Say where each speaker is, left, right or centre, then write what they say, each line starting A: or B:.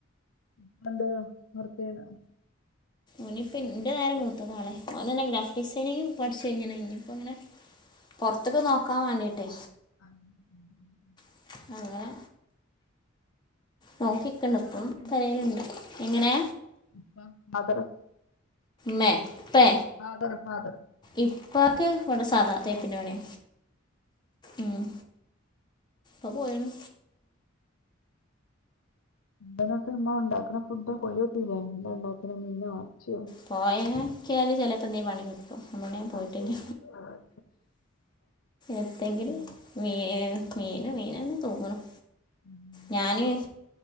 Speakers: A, on the left (about 85°); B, on the left (about 20°).
A: <inaudible>
B: ഇനിപ്പ ഇന്റെ നേരെ മൂത്തതാണ് അവൻ തന്നെ ഗ്രാഫിക് ഡിസൈനിങ് പഠിച്ചു കഴിഞ്ഞു <unintelligible> ഇങ്ങനെ പുറത്തേക്ക് നോക്കാൻ വേണ്ടിട്ടേ
A: <inaudible>
B: <inaudible> നോക്കിക്കണ്ട്
A: ഇപ്പ എന്താ
B: ഇപ്പോ
A: വർക്ക്
B: തലയിലുണ്ട് എങ്ങനെ.
A: അപ്പ മദ്റസ്.
B: മേ പേ
A: ഫാദർ ഫാദർ
B: ഇപ്പൊക്കെ ഇവിടെ സാധാ തേപ്പിന്റെപണി ഉം അത്പോയെണ്
A: എന്തൊക്കെ ഇമ്മ ഉണ്ടാക്കുന്ന ഫുഡ കൊലിക്കല്ലേ എന്താ ഉണ്ടാക്കുന്ന മീനോ വറച്ചോ
B: പോയോക്കിയാല് ചേലപ്പോനീ പണി കിട്ടും അതോണ്ട് ഞാൻ പോയിട്ടില്ല
A: അത് ആഹ്
B: എത്തെങ്കിലും
A: ഉം
B: മീ മീന മീനന്നെ തൂങ്ങണം
A: ഉം
B: ഞാന്